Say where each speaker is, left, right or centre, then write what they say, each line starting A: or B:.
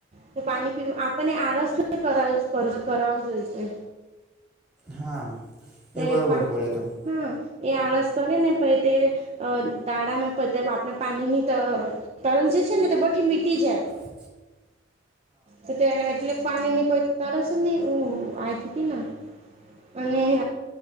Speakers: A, on the right; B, in the centre.
A: તો પાણી પીવું આપણને આળસ ન કરાવ જોઈશે
B: હા
A: તે
B: એ બરોબર
A: પા
B: બોલ્યા તમે
A: હા એ આળસ કરે ને પી તે દાડામાં પ આપણે પાણી ની તરલ જ છેને તો બ્ મિટી જાય
B: બ જ
A: તો ત્યા એટલે પાણી ની કોઈ તરસ નહી આતી હતી અને